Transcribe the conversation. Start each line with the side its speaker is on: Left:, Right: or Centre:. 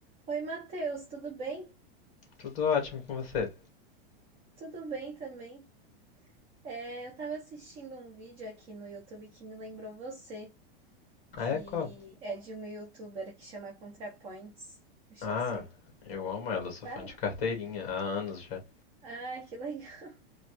Right: Oi, Matheus, tudo bem?
Left: Tudo ótimo com você.
Right: Tudo bem também. É, eu estava assistindo um vídeo aqui no YouTube que me lembrou você, que
Left: A Echo?
Right: é de uma YouTuber que chama ContraPoints. Acho
Left: Ah,
Right: que você
Left: eu amo ela, eu sou
Right: tá.
Left: fã de carteirinha há anos já.
Right: Ah, que <laughs> legal.